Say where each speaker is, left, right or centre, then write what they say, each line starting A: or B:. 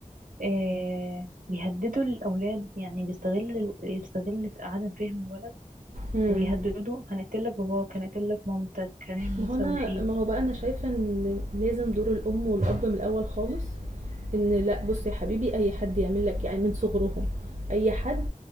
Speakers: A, on the right (about 80°); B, on the right (about 60°).
A: آه، بيهددوا الأولاد يعني بيستغل الو- يستغل في عدم فهم الولد
B: مم.
A: ويهددوا هنقتلك باباك هنقتلك مامتك هنعمل
B: ما
A: ونسوي
B: هو انا
A: فيه
B: ما هو بقى انا شايفة ان لازم دور الام والاب من الاول خالص ان لا بص يا حبيبي اي حد يعمل لك يعني من صغرهم اي حد